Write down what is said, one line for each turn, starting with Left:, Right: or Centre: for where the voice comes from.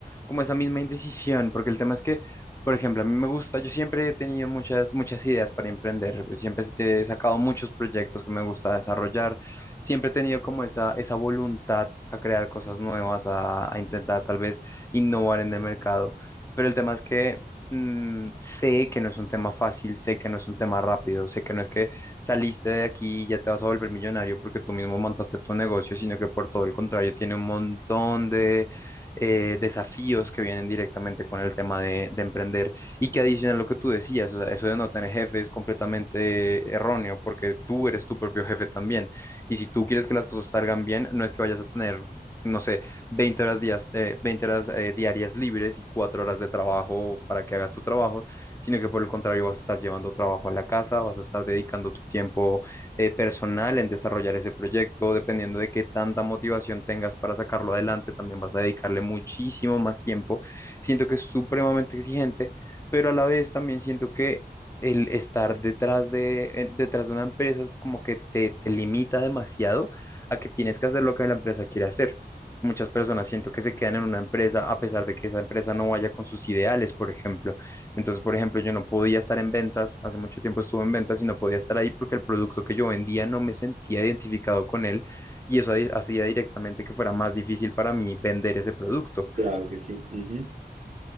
Left: como esa misma indecisión, porque el tema es que, por ejemplo, a mí me gusta, yo siempre he tenido muchas, muchas ideas para emprender, pues, siempre he sacado muchos proyectos que me gusta desarrollar, siempre he tenido como esa, esa voluntad a crear cosas nuevas, a, a intentar tal vez innovar en el mercado, pero el tema es que mm, sé que no es un tema fácil, sé que no es un tema rápido, sé que no es que saliste de aquí y ya te vas a volver millonario porque tú mismo montaste tu negocio, sino que por todo el contrario tiene un montón de eh, desafíos que vienen directamente con el tema de, de emprender y que adicional a lo que tú decías, o sea, eso de no tener jefe es completamente erróneo porque tú eres tu propio jefe también. Y si tú quieres que las cosas salgan bien, no es que vayas a tener, no sé, 20 horas, días, eh, 20 horas eh, diarias libres y 4 horas de trabajo para que hagas tu trabajo, sino que por el contrario vas a estar llevando trabajo a la casa, vas a estar dedicando tu tiempo eh, personal en desarrollar ese proyecto, dependiendo de qué tanta motivación tengas para sacarlo adelante, también vas a dedicarle muchísimo más tiempo. Siento que es supremamente exigente, pero a la vez también siento que el estar detrás de, eh, detrás de una empresa es como que te, te limita demasiado a que tienes que hacer lo que la empresa quiere hacer. Muchas personas siento que se quedan en una empresa a pesar de que esa empresa no vaya con sus ideales, por ejemplo. Entonces, por ejemplo, yo no podía estar en ventas, hace mucho tiempo estuve en ventas y no podía estar ahí porque el producto que yo vendía no me sentía identificado con él y eso ahí hacía directamente que fuera más difícil para mí vender ese producto.
Right: Claro que sí. Ujú.